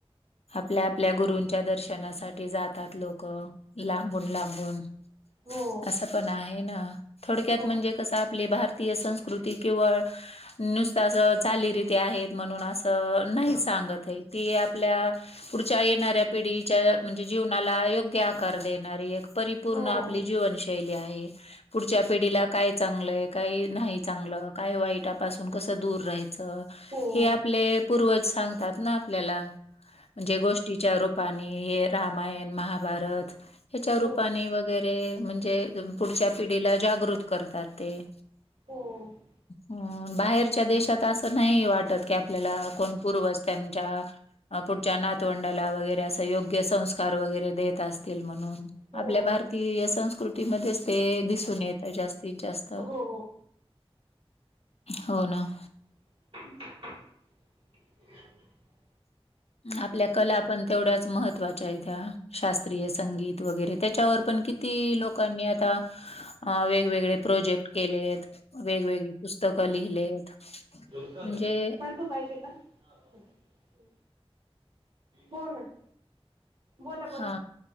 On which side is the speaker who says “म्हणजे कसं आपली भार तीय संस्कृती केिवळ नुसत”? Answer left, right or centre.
Left